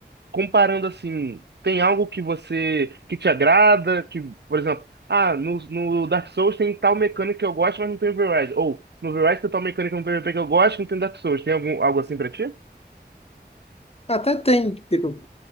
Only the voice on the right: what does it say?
comparando assim, tem algo que você, que te agrada, que, por exemplo, ah, no, no Dark Souls tem tal mecânica que eu gosto, mas não tem no Horizon. Ou, no Horizon tem tal mecânica no PvP que eu gosto, não tem no Dark Souls. Tem algum, algo assim pra ti?